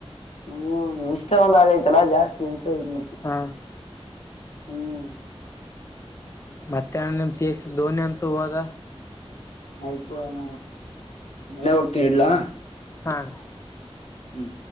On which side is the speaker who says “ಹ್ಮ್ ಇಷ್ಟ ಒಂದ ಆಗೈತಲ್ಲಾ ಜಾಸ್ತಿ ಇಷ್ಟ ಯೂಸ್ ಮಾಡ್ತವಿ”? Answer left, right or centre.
Left